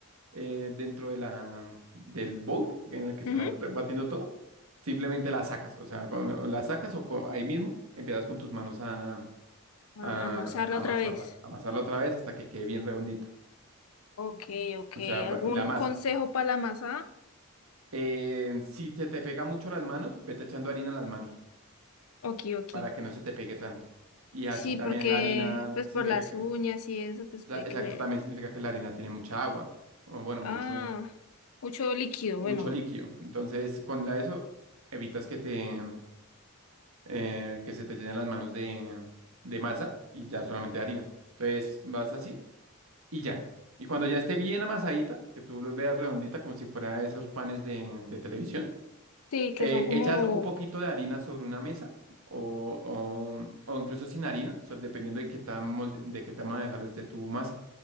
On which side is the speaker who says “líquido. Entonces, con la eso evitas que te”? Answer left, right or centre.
Right